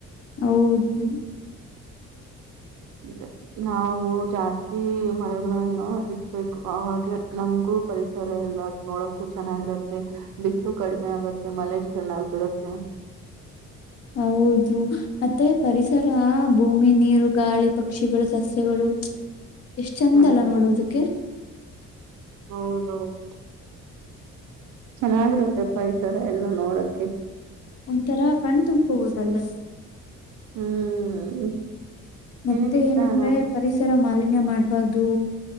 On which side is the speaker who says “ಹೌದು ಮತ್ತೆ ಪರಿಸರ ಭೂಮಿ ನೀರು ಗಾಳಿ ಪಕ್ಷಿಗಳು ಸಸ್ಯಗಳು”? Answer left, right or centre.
Left